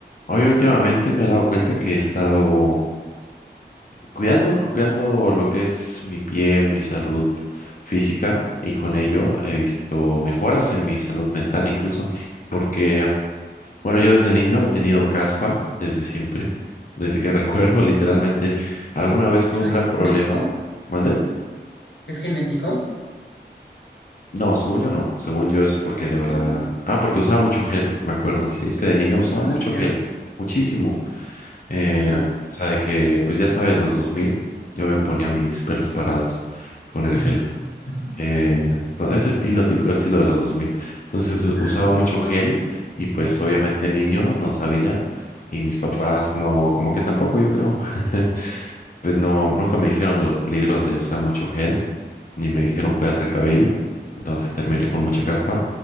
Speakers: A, on the left; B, on the left.
A: Hoy últimamente me he dado cuenta que he estado cuidando, cuidando lo que es mi piel, mi salud física y con ello he visto mejoras en mi salud mental incluso, porque, bueno, yo desde niño he tenido caspa desde siempre, desde que <laughs> recuerdo literalmente, alguna vez fue
B: pero
A: un gran
B: es
A: problema.
B: genético.
A: ¿Mandé?
B: Es genético.
A: No, según yo no, según yo es porque de verdad, ah, porque usaba mucho gel, me acuerdo, sí, es que de niño usaba
B: Ah,
A: mucho
B: ya.
A: gel, muchísimo. Eh,
B: Ujú.
A: o sea, de que, pues ya sabes, los 2000 yo me ponía mis pelos parados con el
B: <laughs>
A: gel. Eh, no, ese estilo,
B: Ay,
A: típico estilo de los dos mil Entonces
B: ajá.
A: usaba mucho gel y pues obviamente niño, no sabía. Y mis papás no, como que tampoco, yo creo. <laughs> Pues no, nunca me dijeron de los peligros de usar mucho gel ni me dijeron cuídate el cabello, entonces terminé con mucha caspa.